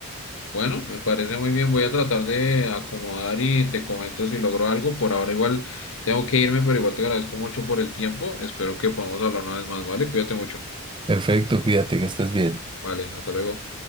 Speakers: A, on the left; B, on the right.
A: Bueno, me parece muy bien. Voy a tratar de acomodar y te comento si logro algo. Por ahora igual tengo que irme, pero igual te agradezco mucho por el tiempo. Espero que podamos hablar una vez más, ¿vale? Cuídate mucho.
B: Perfecto, cuídate, que estés bien.
A: Vale, hasta luego.